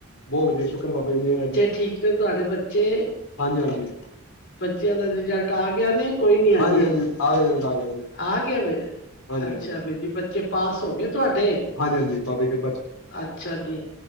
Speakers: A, on the left; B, on the left.
A: ਬੋਤ ਵਧੀਆ ਸ਼ੁਕਰ ਬਾਬਾ ਜੀ ਮੇਰ ਐ ਜੀ
B: ਠੀਕ ਨੇ ਤੁਹਾਡੇ ਬੱਚੇ?
A: ਹਾਂਜੀ-ਹਾਂਜੀ
B: ਬੱਚਿਆਂ ਦਾ ਰਿਜਲਟ ਆ ਗਿਆ ਨੇ। ਕੋਈ ਨੀ
A: ਹਾਂਜੀ
B: ਅਜੇ
A: ਹਾਂਜੀ ਆ ਗਿਆ ਆ ਗਿਆ ਜੀ
B: ਆ ਗਿਆ ਵੈ
A: ਹਾਂਜੀ
B: ਅੱਛਾ
A: ਹਾਂਜੀ
B: ਵੀਰ ਜੀ ਬੱਚੇ ਪਾਸ ਹੋ ਗਏ ਤੁਹਾਡੇ
A: ਹਾਂਜੀ-ਹਾਂਜੀ ਬਾਬੇ ਕੇ
B: ਅੱਛਾ ਜੀ